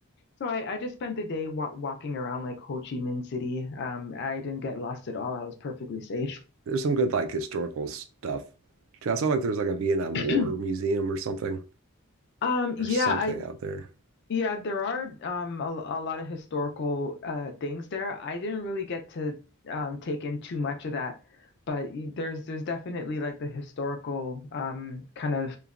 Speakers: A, on the left; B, on the right.
A: So I I just spent the day wa walking around like Ho Chi Minh City. Um, I didn't get lost at all. I was perfectly safe.
B: There's some good like historical stuff too. I saw like there's like a Vietnam
A: <clears throat>
B: War museum or something
A: Um, yeah,
B: or something
A: I
B: out there.
A: Yeah, there are um, a, a lot of historical uh, things there. I didn't really get to um, take in too much of that, but y- there's there's definitely like the historical um, kind of